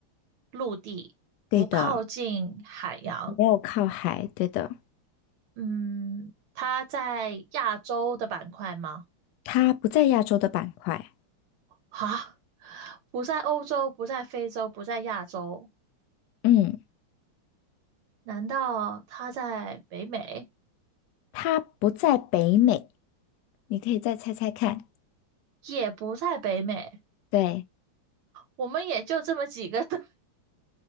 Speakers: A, on the right (about 75°); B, on the left (about 80°).
A: 陆地，
B: 对的，
A: 不靠近海洋，
B: 没有靠海，对的，
A: 嗯，它在亚洲的板块吗？
B: 它不在亚洲的板块，
A: 啊，不在欧洲，不在非洲，不在亚洲，
B: 嗯，
A: 难道它在北美？
B: 它不在北美，你可以再猜猜看，
A: 也不在北美，
B: 对。
A: 我们也就这么几个 <laughs>